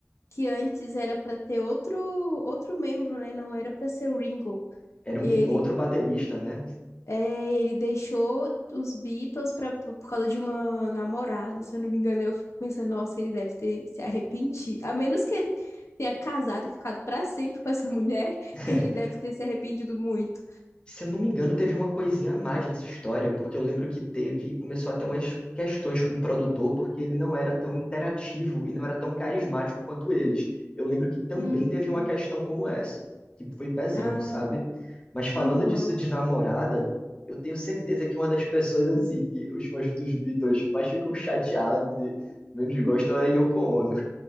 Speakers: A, on the left; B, on the left.
A: que antes era para ter outro outro membro, né? Não era para ser o Ringo.
B: Era
A: Ele
B: um, gui- outro baterista, né?
A: é, ele deixou os Beatles para por por causa de uma namorada, se eu não me engano. Eu fico pensando, nossa, ele deve ter se arrependido. A menos que ele tenha casado e ficado para sempre com essa mulher,
B: <laughs>
A: <laughs> ele deve ter se arrependido muito.
B: Se eu não me engano, teve uma coisinha a mais nessa história, porque eu lembro que teve, começou a ter umas questões com o produtor, porque ele não era tão interativo e não era tão carismático quanto eles. Eu lembro que também
A: Hum,
B: teve uma questão como essa, que foi pesando,
A: ah,
B: sabe? Mas falando
A: Aham,
B: disso de namorada, eu tenho certeza que uma das pessoas assim que os fãs dos Beatles mais ficam chateados e menos gostam é a Yoko Ono.